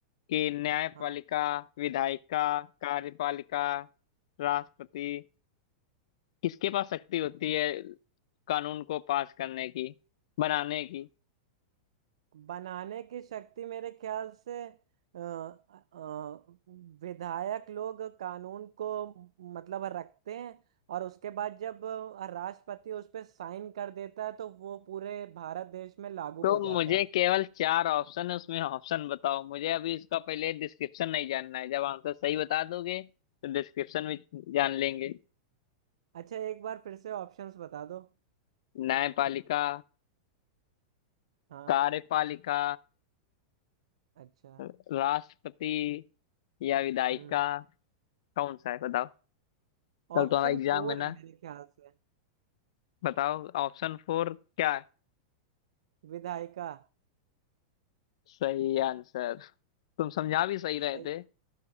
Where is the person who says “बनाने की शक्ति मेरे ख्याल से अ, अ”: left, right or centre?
Right